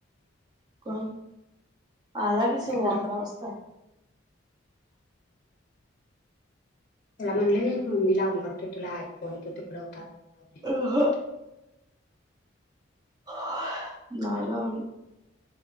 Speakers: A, on the right; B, on the left.
A: कोण? आला कि सव्वाअकरा
B: तिकडं
A: वाजता
B: त्याला म्हणले न मी लावणार होते तुला आय फोन तु तिकडं होतास म्हणून लावली
A: अ ह <unintelligible> नाय लावलो